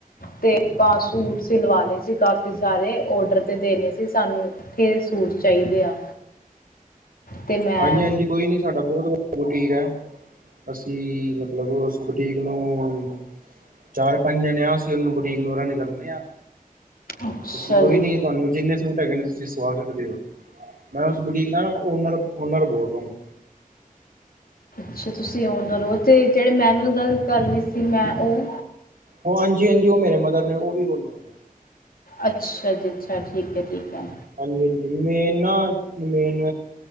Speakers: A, on the left (about 90°); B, on the right (about 75°).
A: ਤੇ ਆਪਾਂ ਸੂਟ ਸਿਲਵਾਣੇ ਸੀ। ਕਾਫੀ ਸਾਰੇ ਓਡਰ ਤੇ ਦੇਣੇਂ ਸੀ ਸਾਨੂੰ ਛੇ ਸੂਟ ਚਾਹੀਦੇ ਆ। ਤੇ ਮੈਂ
B: ਹਾਂਜੀ ਹਾਂਜੀ, ਕੋਈ ਨੀਂ ਸਾਡਾ ਬਹੁਤ ਵੱਡਾ ਬੂਟੀਕ ਐ। ਅਸੀਂ ਮਤਲਬ, ਓਸ ਬੁਟੀਕ ਨੂੰ ਚਾਰ- ਪੰਜਣੇ ਆ। ਅਸੀਂ ਉਹਨੂੰ ਬੁਟੀਕ ਨੂੰ ਰਨ ਕਰਨੇ ਆ।
A: ਅੱਛਾ
B: ਤੁਸੀਂ ਕੋਈ
A: ਜੀ
B: ਨੀ ਤੁਹਾਨੂੰ ਜਿੰਨੇ ਸੂਟ ਹੈਗੇ ਨੇ, ਤੁਸੀਂ ਸਵਾ ਸਕਦੇ ਓ, ਮੈਂ ਉਸ ਬੁਟੀਕ ਦਾ ਓਨਰ ਓਨਰ ਬੋਲ ਰਹਾ ਹੂੰ।
A: ਅੱਛਾ। ਤੁਸੀਂ ਓਨਰ ਹੋ, ਤੇ ਜੇੜੇ ਮੈਮ ਨਾਲ ਗੱਲ ਕਰ ਰਹੀ ਸੀ, ਮੈਂ ਉਹ
B: ਓ ਹਾਂਜੀ ਹਾਂਜੀ, ਉਹ ਮੇਰੇ ਮਦਰ ਨੇ ਓ ਵੀ ਓਨਰ ਨੇ
A: ਅੱਛਾ ਜੀ, ਅੱਛਾ ਠੀਕ ਹੈ-ਠੀਕ ਹੈ।
B: ਹਾਂਜੀ-ਹਾਂਜੀ ਮੇਨ ਨਾ ਮੇਨ